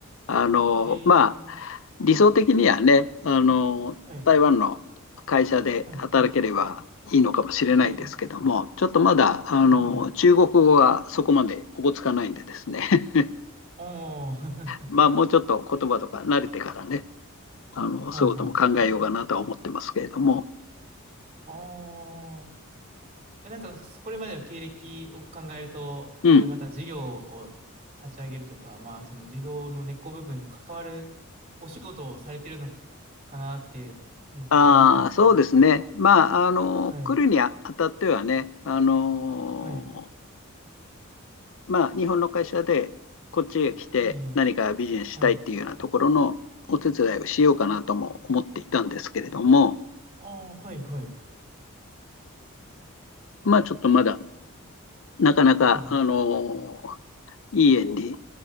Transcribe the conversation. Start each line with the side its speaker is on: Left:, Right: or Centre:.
Left: あの、
Right: ええ、
Left: まあ、理想的にはね、あの、
Right: はい。
Left: 台湾の会社で働ければいいのかもしれないですけども、
Right: はい。ええ、
Left: ちょっとまだ、あの、
Right: うん、うん。
Left: 中国語がそこまでおぼつかないんでですね、<laughs>
Right: ああ、
Left: まあ、
Right: <laughs>
Left: もうちょっと言葉とか慣れてからね、あの、
Right: はい、
Left: そういうことも考えようかなとは思ってますけれども、
Right: はい。ああ。や、なんか、これまでの経歴を考えると、そういうまた事業を立ち上げるとか、
Left: うん。
Right: まあ、その事業の根っこ部分に関わるお仕事をされてるのかなって、めっちゃ思ったんですけど、
Left: ああ、そうですね。まあ、あの、
Right: はい、
Left: 来るにあたってはね、あの、
Right: はい、
Left: まあ、日本の会社でこっちへ来て何かビジネスしたいっていうようなところのお手伝いをしようかなとも思っていたんですけれども、
Right: いい、いいはい、はいああ、はい、はい、
Left: まあ、ちょっとまだなかなか、
Right: いい、いい
Left: あの、いい縁に